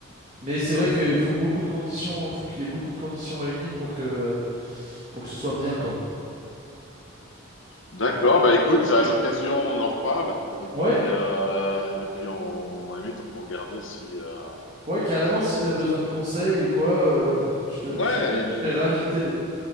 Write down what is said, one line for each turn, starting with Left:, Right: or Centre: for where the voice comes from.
Right: Mais c'est vrai
Left: Ok.
Right: qu'il faut beaucoup de conditions, faut qu'il y ait beaucoup de conditions réunies pour que, pour que ce soit bien, quoi.
Left: D'accord. Bah écoute, à l'occasion, on en reparle. Et puis,
Right: Ouais,
Left: euh... et puis, on à la limite, on peut regarder si, euh,
Right: ouais, carrément,
Left: si.
Right: si t'as
Left: euh,
Right: besoin de conseils ou quoi, euh, je te,
Left: Ouais.
Right: je serais, je serais ravi de t'aider.